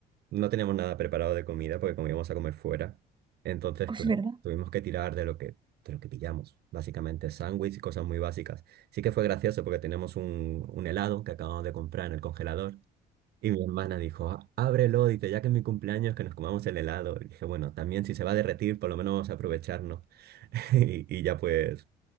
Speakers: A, on the right; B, on the right.
A: No teníamos nada preparado de comida porque como íbamos a comer fuera. Entonces,
B: Pues
A: claro,
B: es verdad.
A: tuvimos que tirar de lo que, de lo que pillamos. Básicamente sándwich y cosas muy básicas. Sí que fue gracioso porque tenemos un, un helado que acabamos de comprar en el congelador. Y mi hermana dijo, "Ah, ábrelo, dice, ya que es mi cumpleaños, que nos comamos el helado. Y dije, bueno, también si se va a derretir, por lo menos vamos a aprovecharnos. <laughs> Y, y ya pues